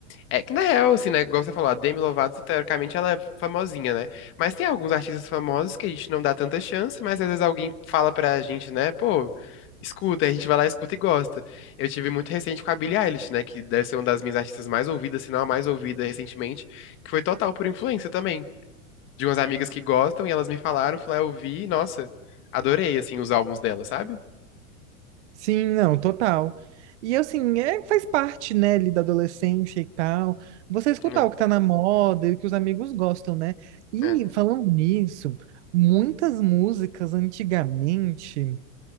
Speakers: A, on the left; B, on the right.
A: É que na real, assim, né? Igual você falou, a Demi Lovato, teoricamente, ela é famosinha, né? Mas tem alguns artistas famosos que a gente não dá tanta chance, mas às vezes alguém fala pra gente, né? Pô, escuta, aí a gente vai lá, escuta e gosta. Eu tive muito recente com a Billie Eilish, né? Que deve ser uma das minhas artistas mais ouvidas, se não a mais ouvida recentemente, que foi total por influência também. De umas amigas que gostam e elas me falaram, fui lá, eu vi, e, nossa, adorei, assim, os álbuns dela, sabe?
B: Sim, não, total. E assim, é, faz parte, né, ali da adolescência e tal. Você escutar
A: É,
B: o que tá na moda e o que os amigos gostam, né? E
A: é.
B: falando nisso, muitas músicas antigamente